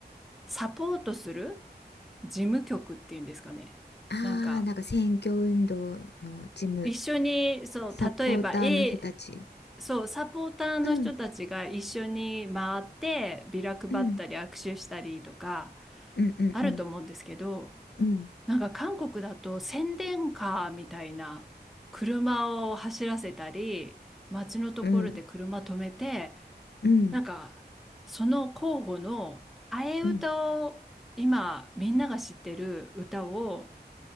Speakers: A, in the centre; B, on the left (about 75°).
A: サポートする事務局っていうんですかねなんか
B: ああ、なんか選挙運動の事務、
A: 一緒にそう例えば
B: サポーターの人たち。
A: A そうサポーターの人たちが一緒に回ってビラ配ったり握手したりとか
B: うん、うん。うんうんうん
A: あると思うんですけど。
B: うん
A: なんか韓国だと宣伝カーみたいな車を走らせたり、街のところで車止めて、
B: うんうん
A: なんかその候補の替え歌を今みんなが知ってる歌を
B: うん